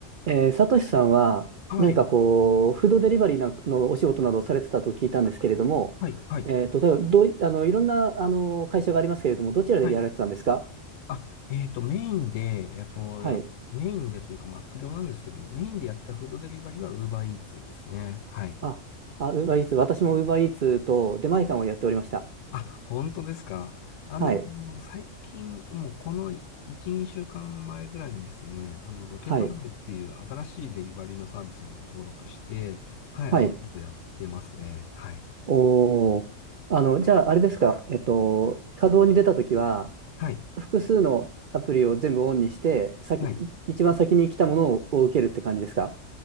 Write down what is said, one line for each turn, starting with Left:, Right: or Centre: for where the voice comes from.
Right: えー、サトシさんは何かこう、
Left: はい、
Right: フードデリバリーなんのお仕事などをされてたと聞いたんですけれども、
Left: はい、はい、
Right: えーと、例えばどうい、あの、いろんな、あの、会社がありますけれども、どちらでやられてたんですか
Left: はい。あ、えっと、メインで、えっと、
Right: はい。
Left: や、メインでというか、まあ、副業なんですけども、メインでやってたフードデリバリーは Uber Eats ですね。はい。
Right: あ、あ、ウーバーイーツ、私もウーバーイーツと出前館をやっておりました。
Left: あ、本当ですか。あの、
Right: はい。
Left: 最近、もうこの1、2週間前ぐらいにですね、あの、ロケットナウっていう新しいデリバリーのサービスにも登録して、
Right: はい。
Left: はい、
Right: はい。
Left: あの、ちょっとやってますね。はい。
Right: おー。あの、じゃあ、あれですか、えっと、稼働に出たときは、
Left: はい、
Right: 複数のアプリを全部オンにして、先、
Left: はい。
Right: 一番先に来たものを受けるって感じですか